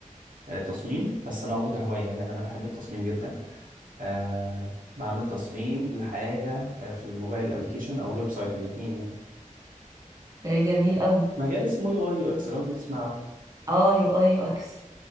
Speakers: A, on the right (about 80°); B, on the right (about 25°).
A: آه، تصميم بس انا واخده كهوايه لان انا بحب التصميم جدا آه، بعمل تصميم لحاجه آه، في الموبايل ابلكيشن او الويب سايت الاثنين يعني
B: ده جميل قوي
A: مجال اسمه يو اي يو اكس لو انت تسمع عنه
B: اه يو اي يو اكس